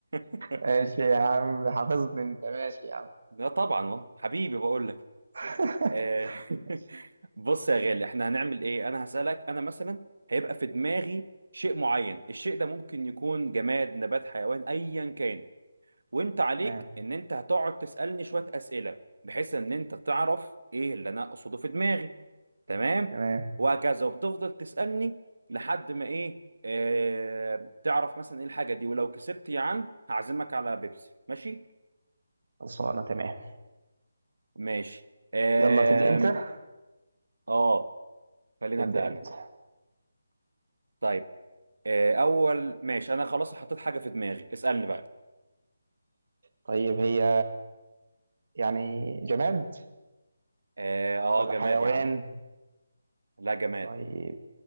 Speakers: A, on the right; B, on the right.
A: <laughs>
B: ماشي يا عم حافظني انت ماشي يا عم
A: لا طبعا والله. حبيبي بقول لك
B: <laughs>
A: آه، <laughs>
B: ماشي.
A: بص يا غالي احنا هنعمل ايه انا هسألك انا مثلا هيبقى في دماغي شيء معين الشيء ده ممكن يكون جماد نبات حيوان ايا كان وانت عليك
B: تمام
A: ان انت هتقعد تسألني شوية أسئلة بحيث ان انت تعرف ايه اللي انا اقصده في دماغي تمام
B: تمام
A: وهكذا وبتفضل تسألني لحد ما ايه آه، تعرف مثلا ايه الحاجة دي ولو كسبت يا عم هعزمك على بيبسي ماشي
B: خلصانه تمام
A: ماشي آم،
B: يلا تبدا انت
A: اه خليني
B: تبدا
A: ابدا انا
B: انت
A: طيب آه، اول ماشي انا خلاص حطيت حاجه في دماغي اسالني بقى
B: طيب هي يعني جماد
A: اه آه،
B: ولا
A: جماد
B: حيوان
A: يا عم لا جماد
B: طيب